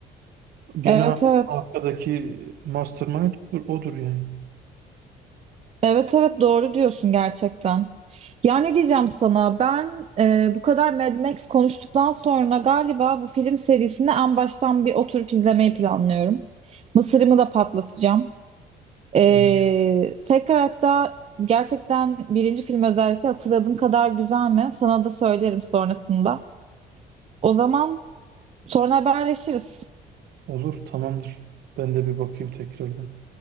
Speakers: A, on the right; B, on the right.
A: Evet
B: Gene
A: evet.
B: arkadaki mastermind odur odur yani.
A: Evet evet doğru diyorsun gerçekten. Ya ne diyeceğim sana? Ben eee, bu kadar Mad Max konuştuktan sonra galiba bu film serisini en baştan bir oturup izlemeyi planlıyorum. Mısırımı da patlatacağım. Ee,
B: Müthiş.
A: tekrar hatta gerçekten birinci film özellikle hatırladığım kadar güzel mi? Sana da söylerim sonrasında. O zaman sonra haberleşiriz.
B: Olur, tamamdır. Ben de bir bakayım tekrardan.